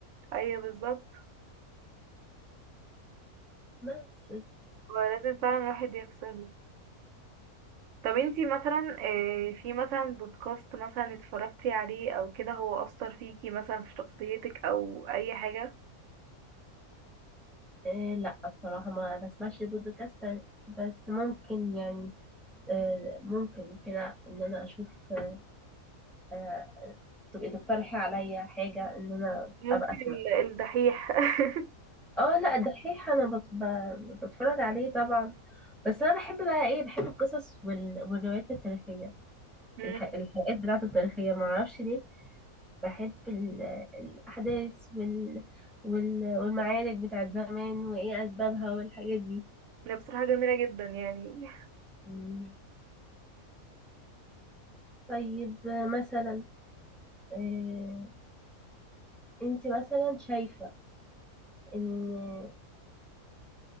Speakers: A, on the right; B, in the centre.
A: ايوه بالظبط
B: بس
A: ولازم فعلا الواحد يفصله طب انتي مثلا آه، في مثلا بودكاست مثلا اتفرجتي عليه او كده هو اثر فيكي مثلا في شخصيتك او اي حاجه
B: إيه لا بصراحة ما بسمعش بودكاست بس ممكن يعني آه، ممكن كده ان انا اشوف آه، آه، تبقي تقترحي عليا حاجة ان انا
A: ممكن
B: ابقى اسمع
A: ال- الدحيح <laughs>
B: اه لا الدحيح انا بت- ب- بتفرج عليه طبعا بس انا بحب بقى ايه بحب القصص وال- والروايات التاريخية
A: امم
B: الح- الحلقات بتاعته التاريخية معرفش ليه بحب ال- الاحداث وال وال- والمعارك بتاعت زمان وايه اسبابها والحاجات دي
A: ده بصراحه جميله جدا يعني
B: مم. طيب مثلا آه، انت مثلا شايفة ان